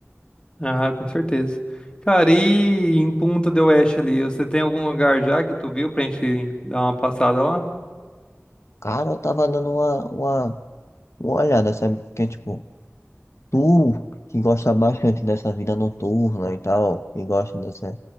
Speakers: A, on the left; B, on the left.
A: Ah, com certeza. Cara, e em Punta del Oeste ali, você tem algum lugar já que tu viu pra gente dar uma passada lá?
B: Cara, eu tava dando uma, uma, uma olhada, sabe? Porque, tipo, tu que gosta bastante dessa vida noturna e tal, e gosta dessa,